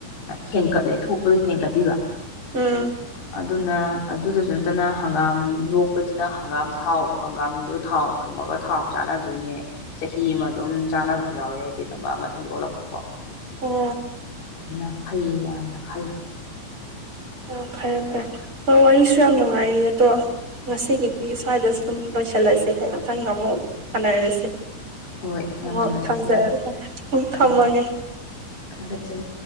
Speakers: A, on the left (about 55°); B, on the right (about 25°).
A: ꯍꯦꯟꯀꯠꯂꯦ ꯊꯣꯛꯄꯗꯣ ꯍꯦꯟꯀꯠꯄꯤꯕ
B: ꯎꯝ
A: ꯑꯗꯨꯅ ꯑꯗꯨꯗꯁꯨ ꯅꯠꯇꯅ ꯍꯪꯒꯥꯝ ꯂꯣꯛꯄꯁꯤꯅ ꯍꯪꯒꯥꯝ ꯊꯥꯎ ꯍꯪꯒꯥꯝꯗꯣ ꯊꯥꯎ ꯁꯨꯝꯃꯒ ꯊꯥꯎ ꯆꯅꯗꯣꯏꯅꯦ ꯆꯍꯤ ꯑꯃ ꯑꯗꯨꯝ ꯆꯥꯅꯕꯁꯨ ꯌꯥꯎꯋꯦ ꯗꯤꯟ ꯑꯃ ꯃꯊꯪꯒꯤ ꯑꯣꯜꯂꯛꯄ ꯀ
B: ꯑꯣ
A: ꯑꯗꯨꯅ ꯐꯩ ꯌꯥꯝꯅ ꯈꯂꯦ
B: ꯑꯥ ꯐꯔꯦ ꯐꯔꯦ ꯍꯣꯏ ꯋꯥꯔꯤꯁꯨ ꯌꯥꯝ ꯅꯨꯡꯉꯥꯏꯔꯤ ꯑꯗꯣ ꯉꯁꯤꯒꯤꯗꯤ ꯁ꯭ꯋꯥꯏꯗ ꯁꯨꯝ ꯂꯣꯏꯁꯤꯜꯂꯁꯦ ꯑꯩ ꯃꯊꯪꯗ ꯑꯃꯨꯛ ꯁꯥꯟꯅꯔꯁꯦ
A: ꯍꯣꯏ ꯌꯥꯝ
B: ꯑꯣ
A: ꯅꯨꯡꯉꯥꯏꯖꯩ
B: ꯊꯝꯖꯔꯦ ꯎ ꯊꯝꯃꯒꯦ
A: ꯑꯣ ꯊꯥꯒꯠꯆꯔꯤ